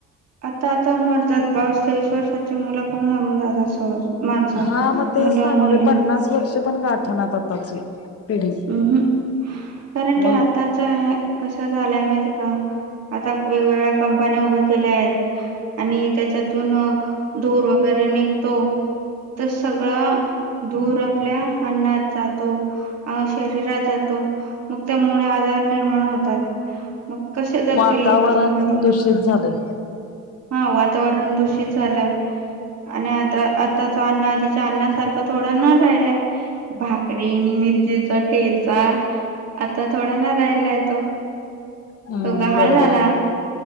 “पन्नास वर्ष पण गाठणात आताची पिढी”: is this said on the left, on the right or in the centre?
Left